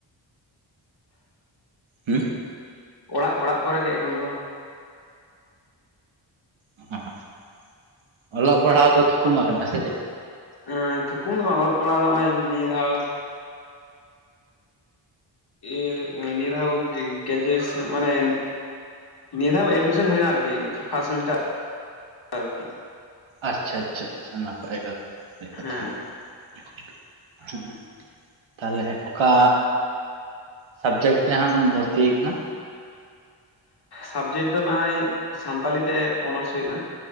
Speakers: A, on the right; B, on the left.
A: ᱦᱩᱸ
B: ᱚᱲᱟᱜ ᱚᱲᱟᱜ ᱠᱚᱨᱮ ᱜᱮ ᱮᱠᱷᱚᱱ ᱫᱚ
A: <unintelligible> ᱚᱞᱚᱜ ᱯᱟᱲᱦᱟᱣ ᱫᱚ ᱛᱷᱩᱠᱩᱢ ᱟᱠᱟᱱᱟ ᱥᱮ ᱪᱮᱫ?
B: ᱮᱸ ᱛᱷᱩᱠᱩᱢ ᱫᱚ ᱵᱟᱝ ᱚᱞᱚᱜ ᱯᱟᱲᱦᱟᱜ ᱱᱚᱜᱼᱚᱭ ᱱᱤᱭᱟᱹ ᱫᱷᱟᱣ ᱤᱭᱟᱹ ᱱᱤᱭᱟᱹ ᱫᱟᱣ ᱜᱨᱮᱡᱮᱣᱮᱥᱟᱱ ᱢᱟᱱᱮ ᱱᱤᱭᱟᱹ ᱫᱷᱟᱣ ᱮᱰᱢᱤᱥᱚᱱ ᱦᱳᱭ ᱮᱱᱟ ᱟᱨᱠᱤ ᱯᱷᱟᱥᱴ ᱥᱮᱢᱮᱥᱴᱟᱨ ᱟᱨᱠᱤ
A: ᱟᱪᱪᱷᱟ ᱟᱪᱪᱷᱟ ᱟᱪᱪᱷᱟ ᱱᱟᱯᱟᱭ ᱠᱟᱛᱷᱟ ᱱᱟᱯᱟᱭ ᱠᱟᱛᱷᱟ
B: ᱦᱮᱸ
A: <unintelligible> ᱦᱮᱸ ᱛᱟᱦᱞᱮ ᱚᱠᱟ ᱥᱟᱵᱽᱡᱮᱠᱴ ᱛᱮ ᱦᱟᱸ ᱮᱢ ᱵᱷᱚᱨᱛᱤ ᱟᱠᱟᱱᱟ?
B: ᱥᱟᱵᱽᱡᱮᱠᱴ ᱫᱚ ᱱᱟᱦᱟᱭ ᱥᱟᱱᱛᱟᱞᱲᱤ ᱛᱮ ᱚᱱᱟᱨᱥ ᱦᱩᱭᱩᱜ ᱠᱟᱱᱟ᱾